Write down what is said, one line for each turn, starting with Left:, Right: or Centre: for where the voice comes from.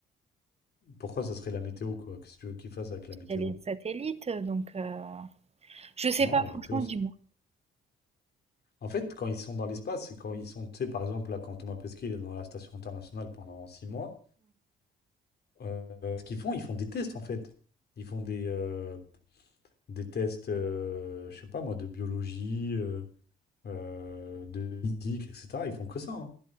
Left: Pourquoi ça serait la météo, quoi? Qu'est-ce que tu veux qu'ils fassent avec la météo?
Right: Il y a les satellites, donc euh, je sais
Left: Non,
Right: pas,
Left: la météo,
Right: franchement,
Left: c'est...
Right: dis-moi.
Left: En fait, quand ils sont dans l'espace, c'est quand ils sont, tu sais, par exemple, là, quand Thomas Pesquet il est dans la station internationale pendant six mois, euh, ce qu'ils font, ils font des tests, en fait. Ils font des, euh, des tests, euh, je sais pas moi, de biologie, euh, euh, de physique, etc. Ils font que ça, hein.